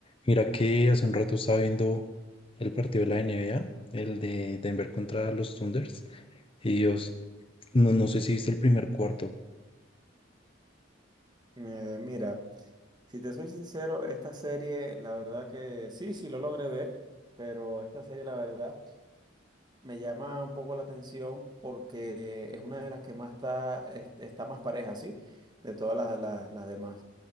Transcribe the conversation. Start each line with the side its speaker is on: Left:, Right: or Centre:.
Left: Mira que hace un rato estaba viendo el partido de la NBA, el de Denver contra los Thunders, y Dios, no, no sé si viste el primer cuarto.
Right: Eh, mira, si te soy sincero, esta serie, la verdad que sí, sí lo logré ver, pero esta serie, la verdad, me llama un poco la atención porque eh, es una de las que más está, es- está más pareja, ¿sí? De todas las, las, las demás.